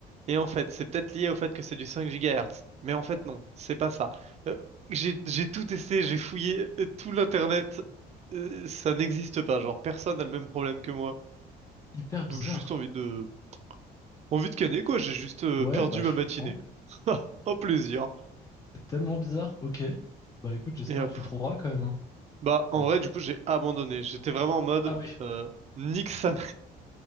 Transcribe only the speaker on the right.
Et en fait, c'est peut-être lié au fait que c'est du 5 GHz. Mais en fait, non, c'est pas ça. Euh, j'ai, j'ai tout testé, j'ai fouillé euh, tout l'internet. Euh, ça n'existe pas. Genre, personne n'a le même problème que moi.
Donc, j'ai juste envie de, envie de canner, quoi. J'ai juste euh,
perdu
ma matinée.
<laughs> Ah, Un plaisir.
Et hop.
Bah, en
vrai,
du
coup, j'ai abandonné. J'étais vraiment en mode,
euh, nique sa